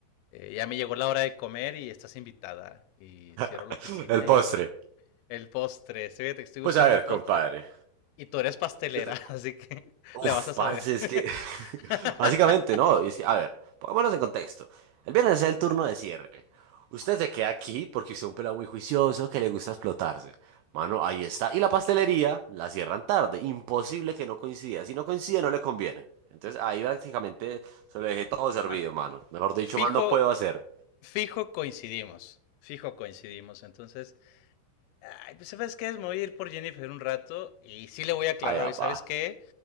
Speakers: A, on the left; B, on the right.
A: eh, ya me llegó la hora de comer y estás invitada. Y cierro
B: <laughs>
A: la oficina
B: El postre.
A: <laughs> y el postre. Sí, fíjate que estoy buscando
B: Pues a ver,
A: un postre
B: compadre.
A: y tú eres pastelera,
B: Yo te-
A: <laughs> así que
B: Uf,
A: le vas a saber.
B: parce, es
A: <laughs>
B: que <laughs> básicamente no, y es que, a ver, pongámonos en contexto. El viernes es el turno de cierre. Usted se queda aquí porque usted es un pelado muy juicioso que le gusta explotarse. Mano, ahí está. Y la pastelería la cierran tarde. Imposible que no coincida. Si no coincide, no le conviene. Entonces ahí prácticamente se lo dejé todo servido,
A: Nada,
B: mano. Mejor dicho,
A: fijo,
B: más no puedo hacer.
A: fijo coincidimos. Fijo coincidimos. Entonces, ay, pues sabes qué, me voy a ir por Jennifer un rato y sí le voy a aclarar
B: Ay, apa,
A: hoy, ¿sabes qué?